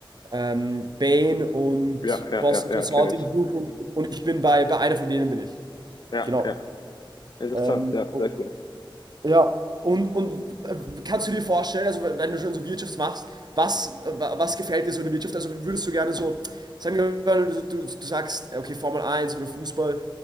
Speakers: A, on the right (about 50°); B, on the left (about 55°).
A: ähm, Bain und
B: Ja, ja,
A: Boston
B: ja,
A: Consulting
B: ja, kenne ich.
A: Group. Und, und ich bin bei, bei einer von denen bin ich.
B: Ja,
A: Genau.
B: ja. Interessant,
A: Ähm,
B: ja,
A: und,
B: sehr cool.
A: ja, und, und äh, kannst du dir vorstellen, also wenn du schon so Wirtschaft machst, was, äh, wa- was gefällt dir so in der Wirtschaft? Also würdest du gerne so, sagen wir mal, du, du du sagst, okay, Formel eins oder Fußball,